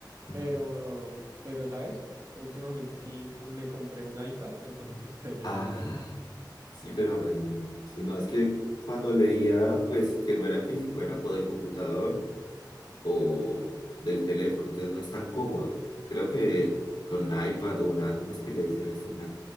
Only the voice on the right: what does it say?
pero, pero, ¿sabes? Últimamente sí co- me compré un iPad, entonces <laughs> estoy leyendo
ahí